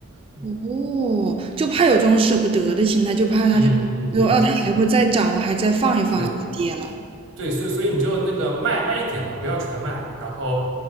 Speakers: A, on the right (about 70°); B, on the right (about 25°).
A: 嗯
B: 哦，就怕有这种舍不得的心态，就怕它就就哦，
A: 嗯，嗯，对
B: 它还会再涨，我还再放一放，
A: 对
B: 然后跌了。
A: 对，所以所以你就那个卖卖一点嘛，不要全卖，然后